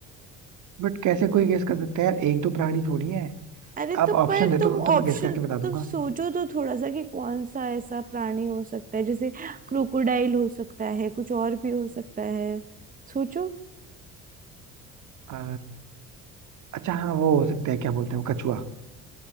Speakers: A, on the right; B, on the right.
A: बट कैसे कोई गेस कर सकता है यार एक दो प्राणी थोड़ी है
B: अरे
A: आप
B: तो
A: ऑप्शन
B: पर
A: देते
B: तुम
A: हो तो मैं
B: ऑप्शन
A: गेस करके बता दूंगा
B: तुम सोचो तो थोड़ा सा कि कौन सा ऐसा प्राणी हो सकता है जैसे क्रोकोडाइल हो सकता है कुछ और भी हो सकता है सोचो
A: आ, अच्छा हाँ वो हो सकता है क्या बोलते हैं वो, कछुआ